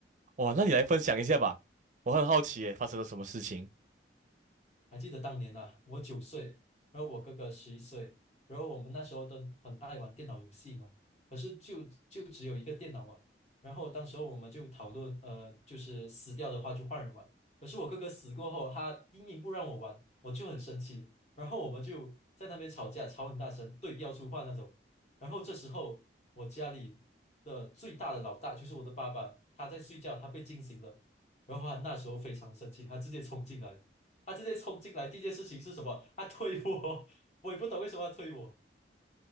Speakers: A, on the right; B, on the left.
A: 哇，那你来分享一下吧，我很好奇耶，发生了什么事情
B: 还记得当年呐，我九岁，然后我哥哥十一岁，然后我们那时候都很爱玩电脑游戏嘛，可是就就只有一个电脑嘛，然后当时候我们就讨论，呃，就是死掉的话就换人玩，可是我哥哥死过后，他硬硬不让我玩，我就很生气，然后我们就在那边吵架，吵很大声，对标出话那种，然后这时候我家里的最大的老大就是我的爸爸，他在睡觉，他被惊醒了，然后他那时候非常生气，他直接冲进来。他直接冲进来，第一件事情是什么？他推我，<laughs> 我也不懂为什么要推我，